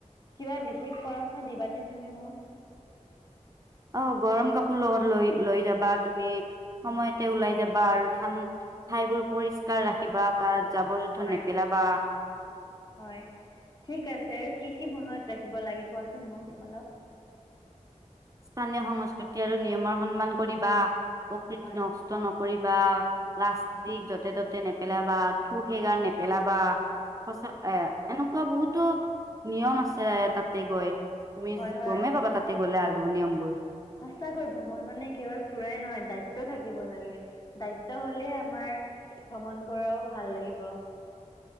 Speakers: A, on the left; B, on the right.
A: কিবা বিশেষ পৰামৰ্শ দিবানে তুমি মোক
B: অ গৰম কাপোৰ লগত লৈ লৈ যাবা তুমি সময়তে ওলাই যাবা আৰু ঠাইবোৰ পৰিষ্কাৰ ৰাখিবা তাত জাবৰ জোঁথৰ
A: হয়,
B: নেপেল বা
A: হয় ঠিক আছে কি কি মনত ৰাখিব লাগে কোৱাচোন মোক অলপ
B: স্থানীয় সংস্কৃতি আৰু নিয়মৰ সন্মান কৰিবা প্ৰকৃতি
A: হয়,
B: নষ্ট নকৰি বা প্লাষ্টিক য'তে ত'তে নেপেলাবা থু খেকাৰ নেপেলাবা সঁচা এ এনেকুৱা বহুতো নিয়ম আছে তাতে গৈ তুমি
A: হয়, হয়।
B: গমে পাবা তাতে গলে আ নিয়মবোৰ
A: সঁচাকৈ ভ্ৰমণ মানে কেৱল ফুৰাই নহয় দায়িত্ব থাকিব লাগে দায়িত্ব হলে আমাৰ ভ্ৰমণ কৰাও ভাল লাগিব